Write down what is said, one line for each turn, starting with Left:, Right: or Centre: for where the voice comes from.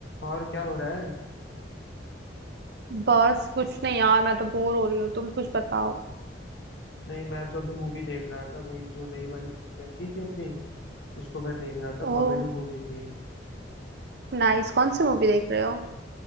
Left: और क्या हो रहा है
Right: बस कुछ नहीं यार मैं तो बोर हो रही हूँ तुम कुछ बताओ
Left: नहीं मैं तो अभी मूवी देख रहा था भाई जो नई वाली मूवी आई नहीं थी अपनी उसको मैं देख रहा था
Right: Oh
Left: कॉमेडी मूवी थी
Right: nice कौन सी मूवी देख रहे हो